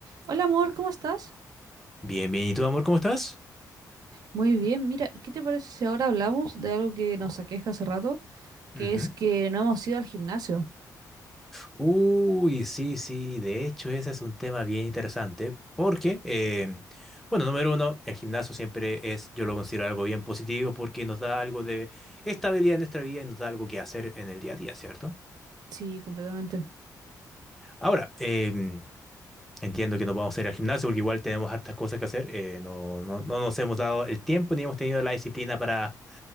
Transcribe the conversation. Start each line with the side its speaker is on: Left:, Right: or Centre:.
Right: Hola amor, ¿cómo estás?
Centre: Bien, bien. ¿Y tú, amor, cómo estás?
Right: Muy bien, mira, ¿qué te parece si ahora hablamos de algo que nos aqueja hace rato? Que
Centre: Ujú.
Right: es que no hemos ido al gimnasio.
Centre: Uy, sí, sí. De hecho, ese es un tema bien interesante porque, em, bueno, número uno, el gimnasio siempre es, yo lo considero algo bien positivo porque nos da algo de estabilidad en nuestra vida y nos da algo que hacer en el día a día, ¿cierto?
Right: Sí, completamente.
Centre: Ahora, em, entiendo que nos vamos a ir al gimnasio porque igual tenemos hartas cosas que hacer. eh, no, no, no nos hemos dado el tiempo ni hemos tenido la disciplina para,